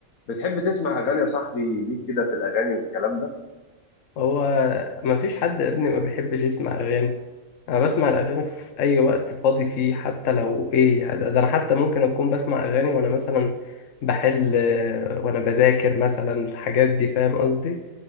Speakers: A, on the left; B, on the left.
A: بتحب تسمع اغاني يا صاحبي ليك كده في الاغاني والكلام ده
B: هو ما فيش حد يا ابني ما بيحبش يسمع اغاني انا بسمع الاغاني في اي وقت فاضي فيه حتى لو ايه يعني ده ده انا حتى ممكن اكون بسمع اغاني وانا مثلا بحل آه، وانا بذاكر مثلا الحاجات دي فاهم قصدي